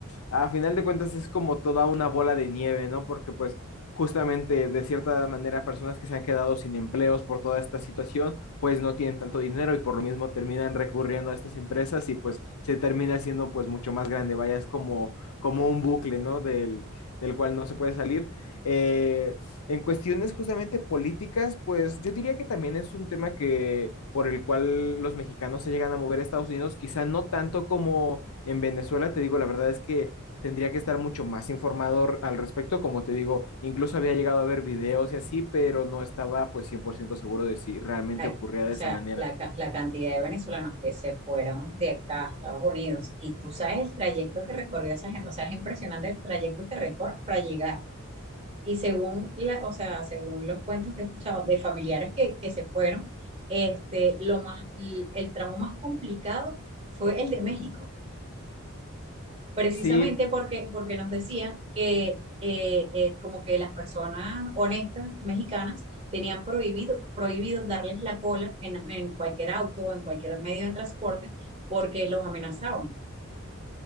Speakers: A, on the left (about 90°); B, on the right (about 30°).
A: a final de cuentas es como toda una bola de nieve, ¿no? Porque pues justamente de cierta manera personas que se han quedado sin empleos por toda esta situación pues no tienen tanto dinero y por lo mismo terminan recurriendo a estas empresas y pues se termina siendo pues mucho más grande, vaya, es como, como un bucle, ¿no? Del, del cual no se puede salir. Eh, en cuestiones justamente políticas, pues yo diría que también es un tema que por el cual los mexicanos se llegan a mover a Estados Unidos, quizá no tanto como en Venezuela, te digo, la verdad es que tendría que estar mucho más informado r- al respecto, como te digo, incluso había llegado a ver videos y así, pero no estaba pues 100% seguro de si realmente
B: Ay,
A: ocurría
B: O
A: de
B: sea,
A: esa manera.
B: la, ca- la cantidad de venezolanos que se fueron de acá a Estados Unidos y tú sabes el trayecto que recorrió esa gente, o sea, es impresionante el trayecto que recorre para llegar. Y según la, o sea, según los cuentos que he escuchado de familiares que, que se fueron, este, lo más, l- el tramo más complicado fue el de México precisamente
A: Sí,
B: porque, porque nos decían que eh, eh, como que las personas honestas mexicanas tenían prohibido, prohibido darles la cola en, en cualquier auto, en cualquier medio de transporte, porque los amenazaban.